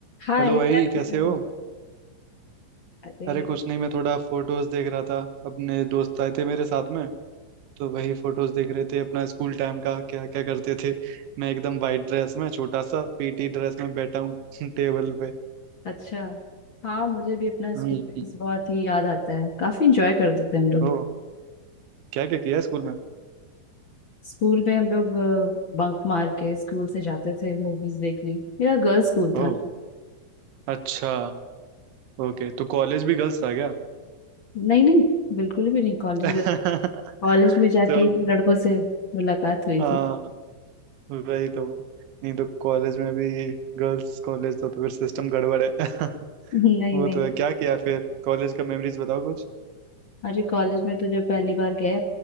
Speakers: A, on the left; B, on the right.
A: हाय
B: Hello भाई
A: क्या कर
B: कैसे
A: रहे
B: हो
A: हो अरे
B: अरे कुछ नहीं मैं थोड़ा फोटोज देख रहा था अपने दोस्त आए थे मेरे साथ में तो वही फोटोज देख रहे थे अपना स्कूल टाइम का क्या क्या करते थे मैं एकदम वाइट ड्रेस में छोटा सा पीटी ड्रेस में बैठा हूँ <laughs> टेबल पे
A: अच्छा हाँ मुझे भी अपना स्कूल
B: हम्म
A: फ्रेंड्स बहुत ही याद आता है काफी इंजॉय करते थे हम लोग
B: ओ क्या क्या किया स्कूल में
A: स्कूल में हम लोग बंक मार के स्कूल से जाते थे मूवीज देखने मेरा गर्ल्स स्कूल
B: ओ
A: था
B: अच्छा ओके तो कॉलेज भी गर्ल्स था क्या
A: नहीं नहीं बिल्कुल भी नहीं कॉलेज
B: <laughs>
A: में कॉलेज में जाके
B: तो
A: ही लड़कों से मुलाकात हुई
B: हाँ
A: थी
B: वही तो नहीं तो कॉलेज में भी गर्ल्स कॉलेज तो, तो फिर सिस्टम गड़बड़ है <laughs>
A: <laughs> नहीं
B: वो
A: नहीं
B: तो है क्या किया फिर कॉलेज का मेमोरीज बताओ कुछ
A: अरे कॉलेज में तो जब पहली बार गए